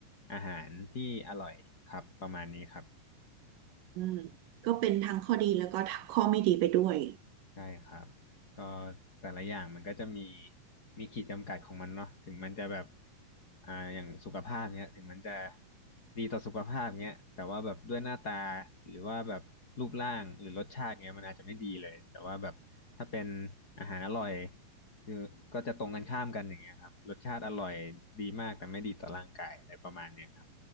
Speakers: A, on the left; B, on the right.
A: อาหารที่อร่อยครับประมาณนี้ครับ
B: อืมก็เป็นทั้งข้อดีแล้วก็ทั้งข้อไม่ดีไปด้วย
A: ใช่ครับก็แต่ละอย่างมันก็จะมีมีขีดจำกัดของมันเนาะถึงมันจะแบบ อ่าอย่างสุขภาพเนี้ยถึงมันจะดีต่อสุขภาพเนี้ยแต่ว่าแบบด้วยหน้าตาหรือว่าแบบรูปร่างหรือรสชาติเนี้ยมันอาจจะไม่ดีเลย แต่ว่าแบบถ้าเป็นอาหารอร่อยคือก็จะตรงกันข้ามกันอย่างเงี้ยครับรสชาติอร่อยดีมากแต่ไม่ดีต่อร่างกายอะไรประมาณเนี้ยครับ